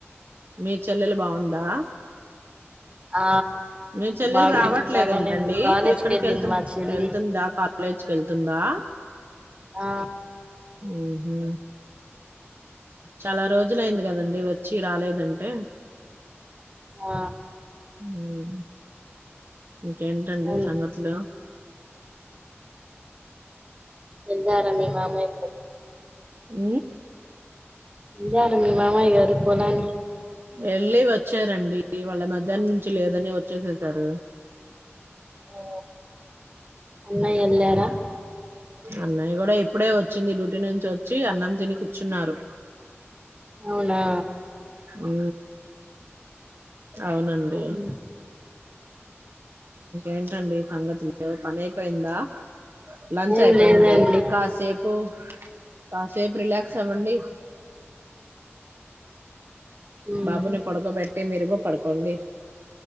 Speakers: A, on the right (about 55°); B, on the right (about 25°).
A: మీ చెల్లెలు బావుందా
B: ఆ
A: మీ చెల్లెలు
B: బాగు
A: రావట్లేదు
B: బాగానే
A: ఏంటండీ
B: ఉంది కాలేజ్కి
A: ఎక్కడికి
B: వెళ్ళింది
A: ఎళ్తున్
B: మా చెల్లి
A: ఎళ్తుందాపా లేజ్క్ ఎళ్తుందా
B: ఆ
A: ఓహో చాలా రోజులయింది గదండి వచ్చీ రాలేదంటే
B: ఆ
A: ఊ ఇంకేంటండి
B: అవును
A: సంఘతులు
B: ఎల్లారా మీ మామయ్ ము
A: ఊ
B: ఎల్లాల మీ మామయ గారు పోలాని
A: ఎళ్ళీ వచ్చారండి ఇవాళ మధ్యాహ్నం నుంచి లేదని వచ్చేసేసారు.
B: ఊ అన్నయ్ ఎళ్ళారా
A: అన్నయ్య గూడా ఇప్పుడే వచ్చింది, డ్యూటీ నుంచి వచ్చి అన్నం తిని కూర్చున్నారు.
B: అవునా
A: ఊ అవునండీ
B: ఉమ్.
A: ఏంటండి సంగతులు పని అయిపోయిందా లంచ్
B: ఏం
A: అయిపోయింది
B: లేదండి
A: కాసేపు కాసే ఆ రేపు రిలాక్స్ అవ్వండి
B: ఉమ్.
A: బాబుని పడకోబెట్టి మీరు గూ పడుకోండి.